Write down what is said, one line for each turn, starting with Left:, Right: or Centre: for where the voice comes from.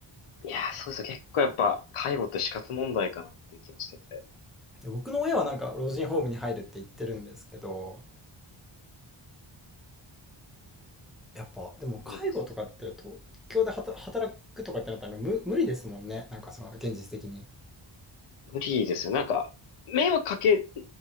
Left: いやー、そうですね、結構やっぱ、介護って死活問題かなっていう気はしてて、
Centre: 僕の親はなんか老人ホームに入るって言ってるんですけど、やっぱ、でも介護とかって東京で働くとかってなったら無無理ですもんね。
Left: なんで
Centre: なんかその現実的に。
Left: 無理ですよ、なんか、迷惑かけ